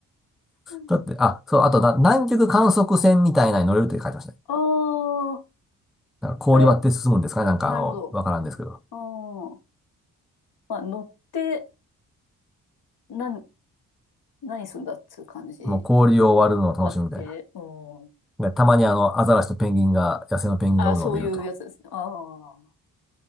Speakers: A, on the left; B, in the centre.
A: うん
B: だって、あ、そう、あとな、南極観測船みたいなのに乗れるって書いてましたね。
A: ああ、
B: だから氷割って進むんですかね、
A: それは、
B: なんかあの、
A: なるほど。
B: わからんですけど。
A: ああ。まあ、乗って、なん、何すんだっていう感じ
B: もう氷を割るのを楽しむみたいな。
A: あって、うん。
B: でたまにあの、アザラシとペンギンが、野生のペンギンがおるのを見ると。
A: あ、そういうやつですね。ああ。